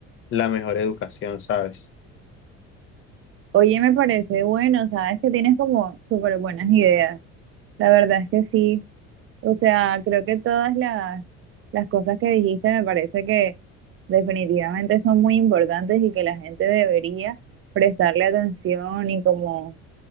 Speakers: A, on the left; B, on the right.
A: la mejor educación, ¿sabes?
B: Oye, me parece bueno, sabes que tienes como súper buenas ideas. La verdad es que sí. O sea, creo que todas las, las cosas que dijiste me parece que definitivamente son muy importantes y que la gente debería prestarle atención y como